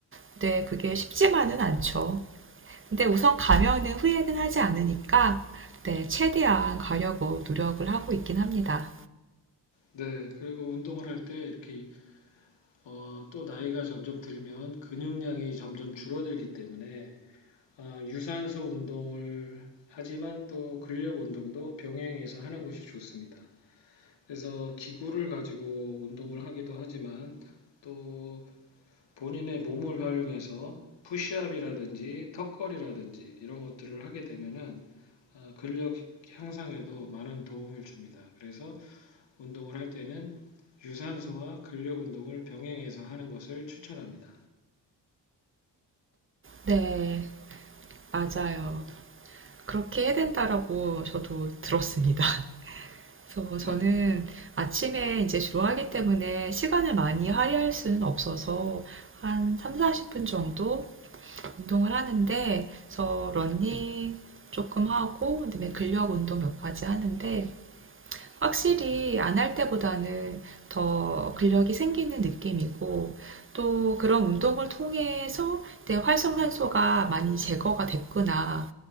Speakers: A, on the right; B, on the left.
A: 근데 그게 쉽지만은 않죠. 근데 우선 가면은 후회는 하지 않으니까 네, 최대한 가려고 노력을 하고 있긴 합니다.
B: 네, 그리고 운동을 할 때 이렇게 어, 또 나이가 점점 들면 근육량이 점점 줄어들기 때문에 어, 유산소 운동을 하지만 또 근력 운동도 병행해서 하는 것이 좋습니다. 그래서 기구를 가지고 운동을 하기도 하지만 또 본인의 몸을 활용해서 푸시업이라든지 턱걸이라든지 이런 것들을 하게 되면은 아, 근력 향상에도 많은 도움을 줍니다. 그래서 운동을 할 때는 유산소와 근력 운동을 병행해서 하는 것을 추천합니다.
A: 네, 맞아요. 그렇게 해야 된다라고 저도 들었습니다. 그래서 저는
B: 네,
A: 아침에 이제 주로 하기 때문에 시간을 많이 할애할 수는 없어서 한 3, 40분 정도 운동을 하는데 그래서 러닝 조금 하고 그다음에 근력 운동 몇 가지 하는데 확실히 안 할 때보다는 더 근력이 생기는 느낌이고 또 그런 운동을 통해서 내 활성산소가 많이 제거가 됐구나.